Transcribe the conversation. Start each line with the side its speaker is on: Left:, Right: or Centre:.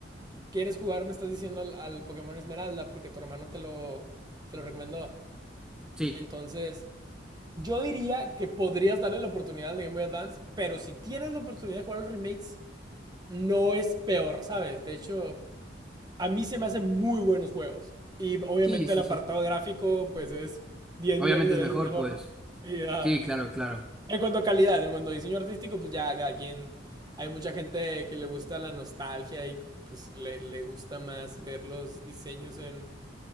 Right: quieres jugar, me estás diciendo al, al Pokémon Esmeralda, porque tu hermano te lo, te lo recomendó.
Centre: sí,
Right: Entonces, yo diría que podrías darle la oportunidad al de Game Boy Advance, pero si tienes la oportunidad de jugar los remakes, no es peor, ¿sabes? De hecho, a mí se me hacen muy buenos juegos. Y obviamente
Centre: sí, sí,
Right: el apartado
Centre: sí.
Right: gráfico, pues es 10
Centre: Obviamente
Right: millones de
Centre: es
Right: veces
Centre: mejor,
Right: mejor,
Centre: pues.
Right: ¿no? Sí, ah,
Centre: Sí, claro, claro.
Right: En cuanto a calidad, en cuanto a diseño artístico, pues ya cada quien. Hay mucha gente que le gusta la nostalgia y pues le, le gusta más ver los diseños en,